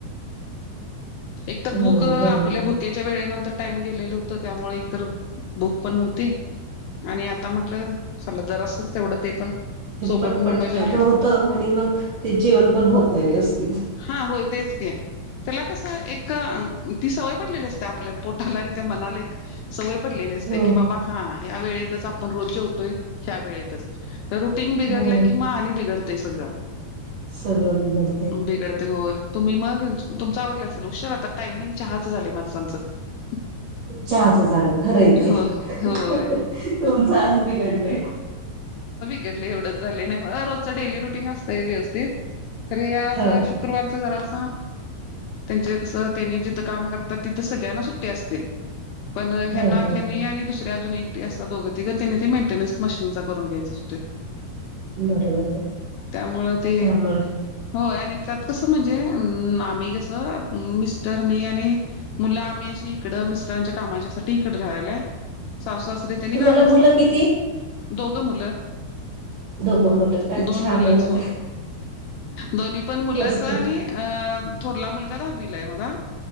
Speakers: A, on the left; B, on the right.
A: <inaudible>
B: हो बरोबर
A: ेच्या वेळे नंतर टाइम गेलेलं होत त्यामुळे एक तर बुक पण नव्हती आणि आता म्हटलं चल जरास तेवढं ते पण
B: ते
A: सोबत
B: पटपट
A: मुरम
B: खाणं
A: जेवले
B: आणि मग ते जीवन पण होत नाही व्यवस्थित
A: हा होल तेच घ त्याला कसं एक ती सवय पडलेली असते आपल्या पोटाला आणि त्या मनाला एक सवय पडलेली असते
B: हो
A: की बाबा हा ह्या वेळेतच आपण रोज जेवतोय ह्या वेळेतच तर रुटीन बिघडलंय
B: हो
A: कि म आणि बिघडतेय सगळं
B: सगळं बिघडत
A: बिगडते हो तुम्ही मग तुमचा आवरला असेल हुशार आता टायमिंग चहाच झाले माणसांचं
B: खूप चचाच झालं खरंय तय
A: हो होय
B: तुमचा आस बिघडलय
A: डले एवढंच झाले नाही म रोजचं डेली रुटीन असतं व्यवस्थित अरे आज
B: हा
A: शुक्रवारच जरा असं त्यांचे कस त्यांनी ज कामतात तिथ सगळ्यांना सुट्ट असते पण हना्या
B: बर बर
A: आणि दुसऱ्या अजून एक अस दों तीगतीने ते मेटेन्स मशीननीचा करून घ्यायं होतते
B: बरोबर आहे
A: त्यामुळं ते
B: त्यामुळं
A: होय आणि त्यात कसं म्हणजे आम्ही कसं मिस्टर मी आणि मुलं आम्ही अशी इकड मिस्टरांच्या कामाच्या सा इकडे राहिलाय स त्यांनी
B: तुम्हाला
A: गावे असतात
B: मुलं किती?
A: राहा दोघ मुलं
B: दोघं मुलं का
A: दोन
B: छान
A: मुलंच
B: आहे मग
A: हो दोन्ही पण मुलंच
B: मस्त
A: आणि
B: आहे.
A: अ थोरला मुलगा दा बलाय माझा